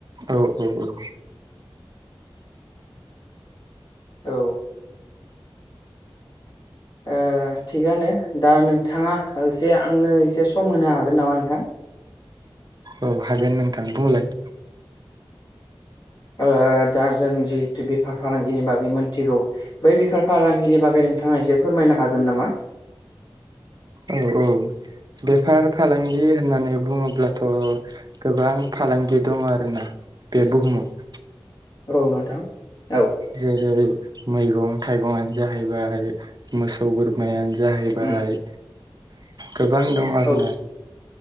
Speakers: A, on the right; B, on the left.
A: औ औ औ
B: औ ओ थिगानो दा नोंथाङा एसे आंनो एसे सम होनो हागोन नामा नोंथां
A: औ हागोन नोंथां बुंलाय
B: ओ दा जों जिहेथु बेफार फालांगिनि बागै मोनथिगौ बै बेफार फालांगिनि बागै नोंथाङा एसे फोरमायनो हागोन नामा?
A: औ औ बेफार फालांगि होननानै बुङोब्लाथ' गोबां फालांगि दङ' आरोना बे बुहुमाव।
B: औ नोंथां औ।
A: जेरै मैगं-थाइगंनो जाहैबाय मो सौ बोरमायानो जाहैबाय
B: उम
A: गोबां दं आरो
B: औ
A: ना।